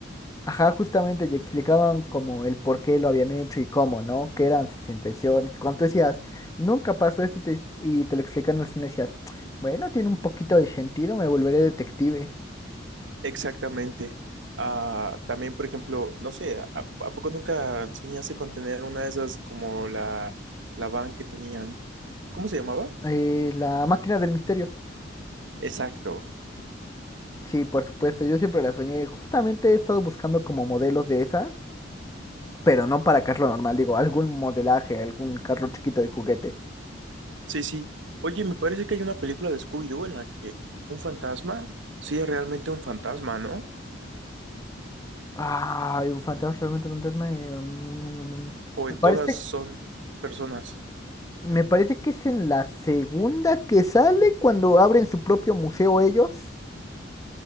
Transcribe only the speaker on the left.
Ajá, justamente, y explicaban como el por qué lo habían hecho y cómo, ¿no? Qué eran sus intenciones. Cuando tú decías, nunca pasó esto, te- y te lo explican al final, decías, bueno, tiene un poquito de sentido, me volveré detective.
Eh, la máquina del misterio.
Sí, por supuesto, yo siempre la soñé. Justamente he estado buscando como modelos de esas, pero no para carro normal, digo, algún modelaje, algún carro chiquito de juguete.
Ah, un fantasma, realmente un fantasma. eh, mm,
Me
parece,
me parece que es en la segunda que sale cuando abren su propio museo ellos.